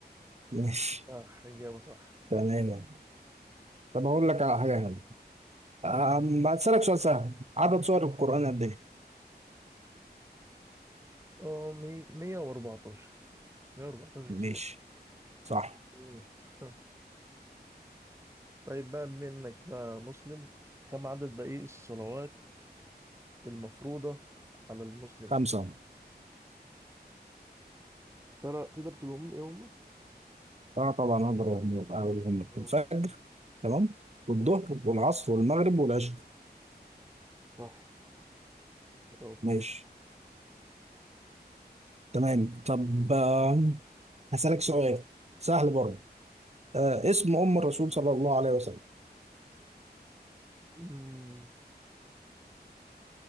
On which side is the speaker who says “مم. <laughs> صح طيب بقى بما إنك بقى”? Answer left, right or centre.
Right